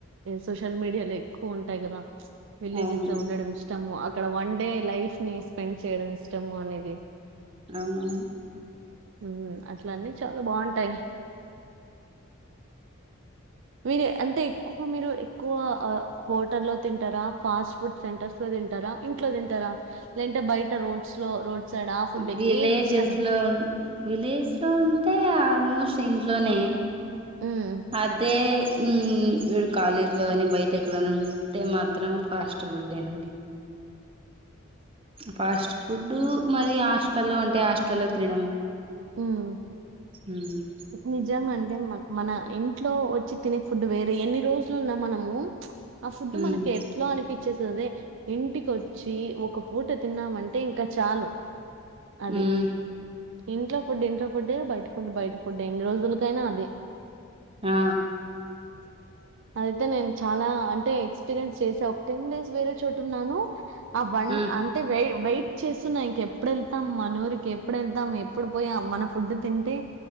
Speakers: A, on the right; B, on the right.
A: సోషల్ మీడియాలో ఎక్కువ ఉంటాయి గదా విలేజెస్లో
B: అవును
A: ఉండడం ఇష్ ఇష్టము అక్కడ వన్ డే లైఫ్ ని స్పెండ్ చేయడం ఇష్టము అనేది
B: అవునవును
A: ఉమ్ అట్ల అన్నీ చాలా బాగుంటాయి మీరు అంటే ఎక్కువగా మీరు ఎక్కువ హోటల్ లో తింటారా ఫాస్ట్ ఫుడ్ సెంటర్స్ లో తింటారా ఇంట్లో తింటారా లేదంటే బయట రోడ్ రోడ్స్‌లో సైడ్ ఆ ఫుడ్
B: విలేజెస్
A: ఏది ఇష్టం?
B: లో విలేజ్ లో ఉంటే ఆల్ మోస్ట్ ఇంట్లోనే
A: హ్మ్.
B: అదే ఉమ్ వీడు కాలేజీలో గానీ బయట ఎక్కడన్నా ఉంటే మాత్రం ఫాస్ట్ ఫుడేనేనండి ఫాస్ట్ ఫుడ్ మరి హాస్టల్లో ఉంటే హాస్టల్లో తినడం
A: ఉమ్
B: ఉమ్
A: నిజంగా అండి అదే మ మన ఇంట్లో వచ్చి తినే ఫుడ్ వేరే ఎన్ని రోజులున్నా మనము ఆ ఫుడ్
B: ఉమ్
A: మనకి ఎట్లా అనిపించేస్తది ఇంటికొచ్చి ఒక పూట తిన్నామంటే ఇంకా చాలు అది.
B: ఉమ్
A: ఇంట్లో ఫుడ్ ఇంట్లో ఫుడ్డే బయట ఫుడ్ బయట ఫుడ్డే ఎన్ని రోజులకైనా అదే
B: ఆ
A: అదయితే నేను చాలా అంటే ఎక్స్పీరియన్స్ చేసా ఒక టెన్ డేస్ వేరే చోటున్నాను ఆ బన్
B: ఉమ్
A: అంటే వేయ్ వెయిట్ చేస్తున్న ఇంక ఎప్పుడు ఎళ్తాం మనూరికి ఎప్పుడెళ్తాం ఎప్పుడు పోయా మన ఫుడ్ తింటే